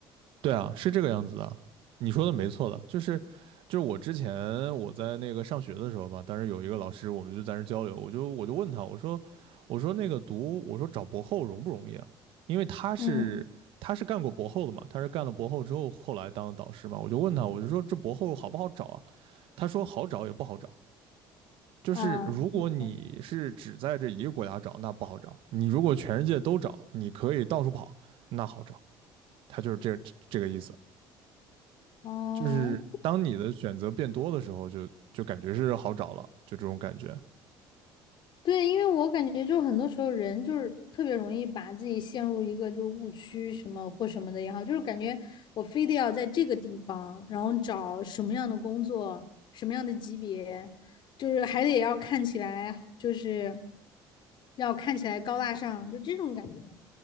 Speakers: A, on the right; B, on the left.
A: 对啊，是这个样子的，你说的没错的，就是就是我之前我在那个上学的时候吧，当时有一个老师，我们就在那儿交流，我就我就问他，我说我说那个读我说找博后容不容易啊？因为他是他是干过博后的嘛，
B: 嗯
A: 他是干了博后之后后来当的导师嘛，我就问他，我就说这博后好不好找啊？他说好找也不好找，就是如果你是只在这一个国家找，
B: 啊，你说
A: 那不好找；你如果全世界都找，你可以到处跑，那好找。它就是这这个意思，
B: 哦，
A: 就是当你的选择变多的时候就，就就感觉是好找了，就这种感觉。
B: 对，因为我感觉就很多时候人就是特别容易把自己陷入一个就是误区什么或什么的也好，就是感觉我非得要在这个地方，然后找什么样的工作，什么样的级别，就是还得要看起来就是要看起来高大上，就这种感觉。